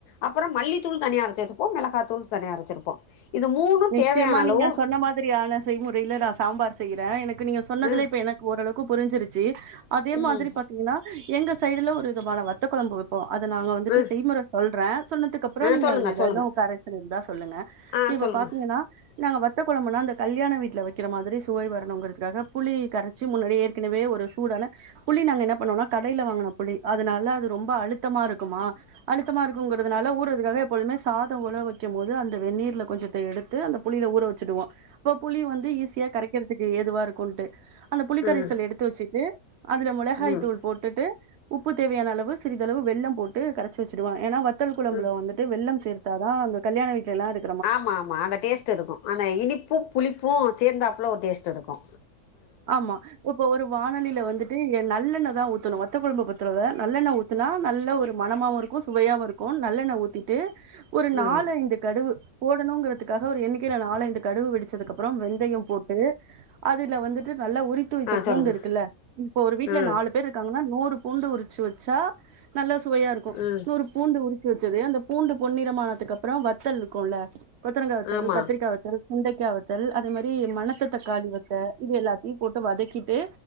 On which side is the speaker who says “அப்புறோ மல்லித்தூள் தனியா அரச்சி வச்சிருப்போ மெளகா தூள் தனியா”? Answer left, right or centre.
Left